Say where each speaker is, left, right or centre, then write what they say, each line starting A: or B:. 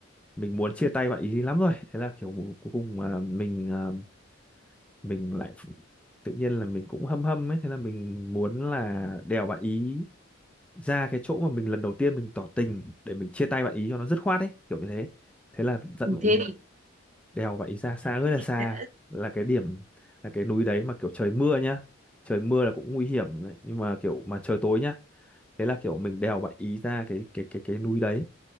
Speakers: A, in the centre; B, on the right.
A: mình muốn chia tay bạn ý lắm rồi thế là kiểu mù- cuối cùng mà mình ờ, mình lại ph- tự nhiên là mình cũng hâm hâm ấy thế là mình muốn là đèo bạn ý ra cái chỗ mà mình lần đầu tiên mình tỏ tình để mình chia tay bạn ý cho nó dứt khoát ấy kiểu như thế thế là dẫn
B: ừ,
A: bạn
B: thế
A: ý
B: thì
A: đèo bạn ý ra xa rất
B: thế
A: là
B: thì
A: xa
B: sẽ
A: là cái điểm là cái núi đấy mà kiểu trời mưa nhá trời mưa là cũng nguy hiểm đấy. nhưng mà kiểu mà trời tối nhá thế là kiểu mình đèo bạn ý ra cái cái cái cái núi đấy